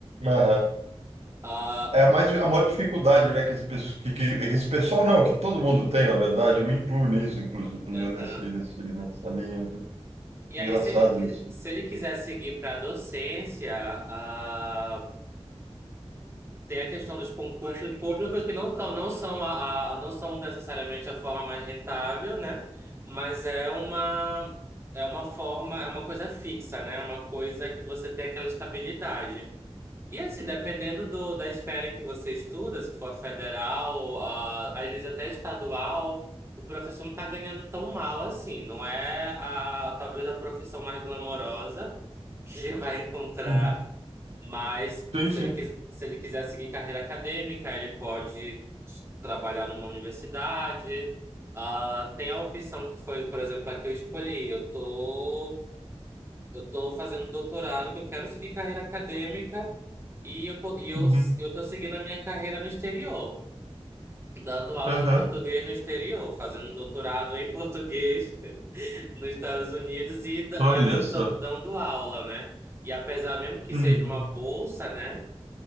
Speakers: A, on the right; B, on the right.
A: Aham,
B: Ah,
A: É, é mais, a maior dificuldade, né, que esse, pesso- que, que, esse pessoal não, que todo mundo tem, na verdade, eu me incluo nisso, inclusive, né,
B: aham.
A: nesse, nesse, nessa linha. né?
B: E
A: Engraçado
B: aí, se ele, qui-
A: isso.
B: se ele quiser seguir para docência, ah, Tem a questão dos concursos públicos que não são, não são a, a- não são necessariamente a forma mais rentável, né? Mas é uma é uma forma, é uma coisa fixa, né? É Uma coisa que você tem aquela estabilidade. E assim, dependendo do, da esfera em que você estuda, se for federal, a, às vezes até estadual, o professor não está ganhando tão mal assim. Não é a, talvez a profissão mais glamourosa que <laughs> vai encontrar.
A: Uhum.
B: Mas
A: Sim,
B: se
A: sim.
B: ele, quis- se ele quiser seguir carreira acadêmica, ele pode trabalhar numa universidade. Ah, tem a opção que foi, por exemplo, a que eu escolhi. Eu tô, eu tô fazendo doutorado, que eu quero seguir carreira acadêmica e eu, co- e eu,
A: Uhum.
B: eu tô seguindo a minha carreira no exterior, dando aula
A: Aham.
B: de português no exterior, fazendo um doutorado em português <laughs> nos Estados Unidos e, da-
A: Olha
B: e ao mesmo
A: só.
B: tempo dando aula, né? E apesar mesmo que
A: Uhum.
B: seja uma bolsa, né?